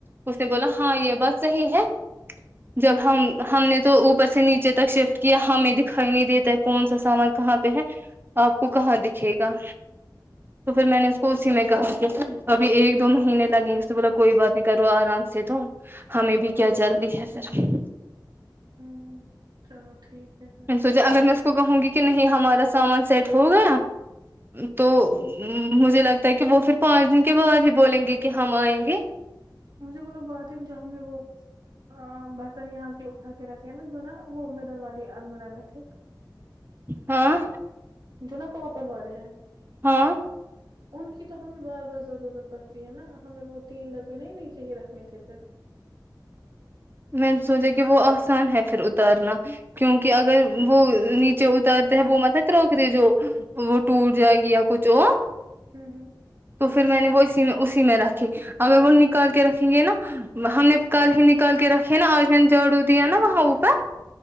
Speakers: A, on the right (about 30°); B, on the right (about 70°).
A: اس نے بولا ہاں یہ بات صحیح ہے جب ہم ہم نے تو اوپر سے نیچے تک شفٹ کیا ہمیں دکھائی نہیں دیتا ہے کونسا سامان کہاں پہ ہے آپ کو کہاں دکھے گا تو پھر میں نے اس کو اسی میں کہا کہ ابھی ایک دو مہینے لگے اس نے بولا کوئی بات نہیں کرو آرام سے تو ہمیں بھی کیا جلدی ہے پھر
B: ہ چلو ٹھیک ہے
A: میں
B: پھر
A: نے سوچا اگر میں اس کو کہوں گی کہ نہیں ہمارا سامان سیٹ ہوگا تو مجھے لگتا ہے کہ وہ پھر پانچ دن کے بعد ہی بولیں گے کہ ہم آئیں گے
B: مجھے بولا بات ہے کیا ہم نے وہ آں برتن یہاں کے اٹھا کے رکھ یہ ہے نا جو نا وہ مڈل والی المیرا میں تھے
A: ہاں
B: جو نا کوپر والے ہیں
A: ہاں
B: ان کی تو ہمیں بار بار ضرورت پڑتی ہے نا ہمیں وہ تین ڈبے نہیں نیچے ہی رکھنے تھے پھر
A: میں نے سوچا کہ وہ آسان ہے پھر اتارنا کیونکہ اگر وہ نیچے اتارتے ہیں وہ مطلب کراکری جو وہ ٹوٹ جائے گی یا کچھ ہوا
B: ہوں ہوں
A: تو پھر میں نے وہ اسی میں اسی میں رکھے اگر وہ نکال کے رکھیں گے نا ہم نے کل ہی نکال کے رکھے ہے نا آج میں نے جھاڑو دیا نا وہاں وہ ہاں